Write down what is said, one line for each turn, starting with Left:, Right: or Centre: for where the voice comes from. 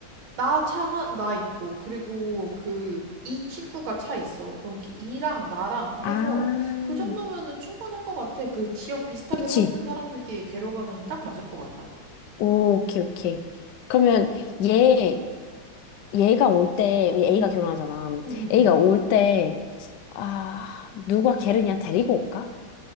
Right: 나 차, 한- 나 있고, 그리고 그, 이 친구가 차 있어. 그럼 그 이랑 나랑 해서
Left: 아,
Right: 그 정도면은 충분할 것 같아. 그 지역 비슷하게
Left: 그치.
Right: 사는 사람들끼리 데려가면 딱 맞을 것 같다.
Left: 오, 오케이, 오케이. 그러면 얘, 얘가 올 때, 우리 A가
Right: 응,
Left: 결혼하잖아.
Right: 응, 응, 응.
Left: A가 올 때, 아, 누가 걔를 그냥 데리고 올까?